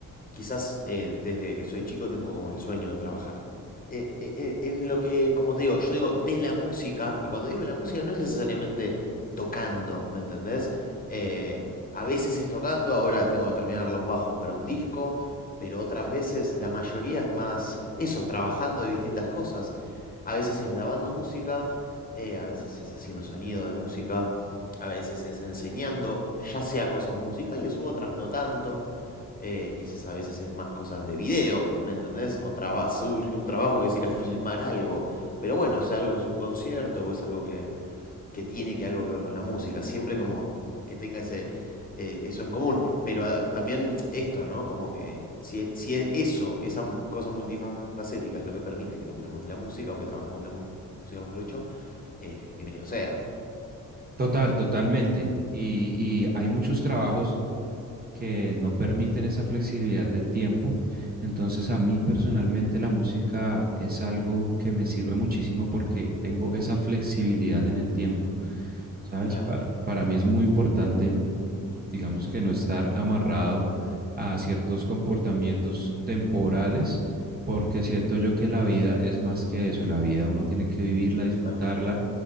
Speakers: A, on the left (about 25°); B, on the right (about 30°).
A: quizás eh, desde que soy chico tengo como el sueño de trabajar. eh, eh, eh, en lo que, como te digo, yo digo de la música, y cuando digo de la música no es necesariamente tocando, ¿me entendés? Eh, a veces es tocando, ahora tengo que terminar los bajos para un disco, pero otras veces la mayoría es más eso, trabajando de distintas cosas. A veces es grabando música, eh, a veces es haciendo sonido de música. A veces es enseñando, ya sea cosas musicales u otras no tanto. Eh, quizás a veces es más cosas de video, ¿me entendés? O traba- surge un trabajo que es ir a filmar algo. Pero bueno, es algo que es un concierto o es algo que, que tiene que algo que ver con la música. Siempre como que tenga ese, eh, eso en común. Pero ah, también esto, ¿no? Como que si, si es eso, esa m- cosa multifacética es lo que permite que laburemos de la música o que trabajemos de la mu- música, mejor dicho, eh, bienvenido sea.
B: Total, totalmente. Y, y hay muchos trabajos que no permiten esa flexibilidad del tiempo. Entonces, a mí personalmente la música es algo que me sirve muchísimo porque tengo esa flexibilidad en el tiempo, ¿sabes?
A: Claro,
B: Para, para mí es muy importante digamos que no estar amarrado a ciertos comportamientos temporales, porque siento yo que la vida es más que eso, la vida uno tiene que vivirla, disfrutarla
A: totalmente.